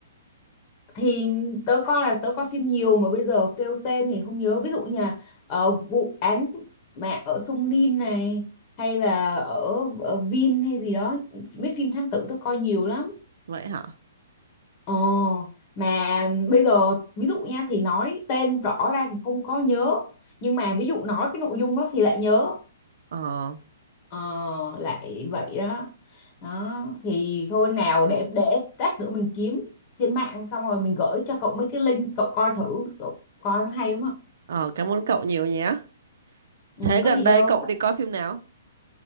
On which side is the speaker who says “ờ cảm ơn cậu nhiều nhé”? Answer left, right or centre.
Right